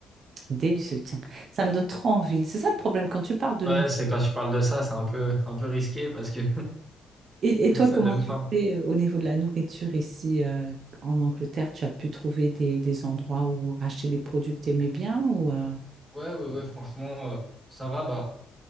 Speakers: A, on the right; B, on the right.
A: délicieux, tiens. Ça me donne trop envie. C'est ça le problème quand tu parles de
B: Ouais,
A: nous.
B: c'est quand tu parles de ça, c'est un peu, un peu risqué parce que
A: Et, et
B: <laughs>
A: toi,
B: ça
A: comment
B: donne
A: tu
B: faim.
A: fais euh, au niveau de la nourriture ici euh, en Angleterre? Tu as pu trouver des, des endroits où acheter les produits que tu aimais bien ou euh,
B: Ouais, ouais, ouais, franchement, euh, ça va, bah,